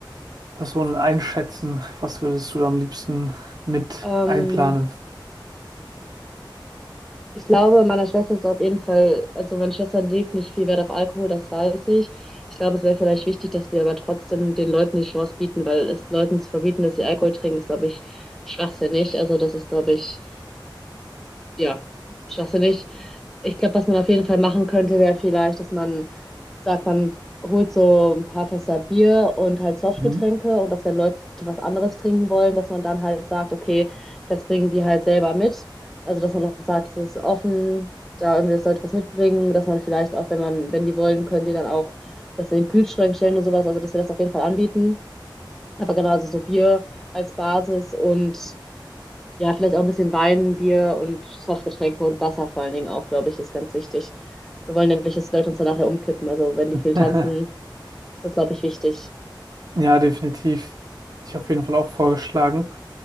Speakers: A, on the right; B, in the centre.
A: Personen einschätzen? Was würdest du da am liebsten mit
B: Ähm,
A: einplanen?
B: ich glaube, meiner Schwester ist auf jeden Fall, also meine Schwester legt nicht viel Wert auf Alkohol, das weiß ich. Ich glaube, es wäre vielleicht wichtig, dass wir aber trotzdem den Leuten die Chance bieten, weil es Leuten zu verbieten, dass sie Alkohol trinken, ist, glaube ich, schwachsinnig. Also das ist, glaube ich, Ja, schwachsinnig. Ich glaube, was man auf jeden Fall machen könnte, wäre vielleicht, dass man sagt, man holt so ein paar Fässer Bier und halt Softgetränke
A: Mhm.
B: und dass wenn Leute was anderes trinken wollen, dass man dann halt sagt, okay, das bringen die halt selber mit. Also, dass man auch sagt, es ist offen, da irgendwie, dass Leute was mitbringen, dass man vielleicht auch, wenn man, wenn die wollen, können die dann auch das in den Kühlschrank stellen und sowas. Also, dass wir das auf jeden Fall anbieten. Aber genau, also so Bier als Basis und ja, vielleicht auch ein bisschen Wein, Bier und Softgetränke und Wasser vor allen Dingen auch, glaube ich, ist ganz wichtig. Wir wollen ja nicht, dass die Leute uns dann nachher umkippen. Also wenn die
A: <laughs>
B: viel tanzen, ist das, glaube ich, wichtig.
A: Ja, definitiv. Hätte ich auf jeden Fall auch vorgeschlagen,